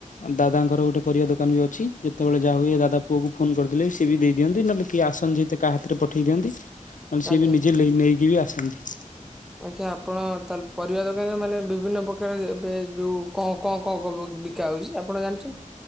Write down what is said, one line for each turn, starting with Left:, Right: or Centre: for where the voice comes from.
Left: ଦାଦା ର ଗୋଟ ପରିବା ଦୋକାନ ଅଛି ଯେତେବଳେ ଯହା ହୁଏ ଦାଦା ପୁଅ ଙ୍କୁ ଫୋନ କରିଦେଲେ ସି ବି ଦେଇିଅନ୍ତି ନହଲେ କି ଆସନ୍ତି ହାତରେ ପଠେଇ ଦିଅନ୍ତିହଲେ ସିଏ
Centre: ଆଜ୍ଞା
Left: ବି ନିଜେ ନେଇକି ବି ଆସନ୍ତି।
Centre: ଆଜ୍ଞା ଆପଣ ତା ପରିବା ଦୋକାନରେ ମାନେ ବିଭିନ୍ନ ପ୍ରକାର ଏବେ ଯେଉଁ କଣ କଣ କଣ ବିକା ହେଉଛି ଆପଣ ଜାଣିୁ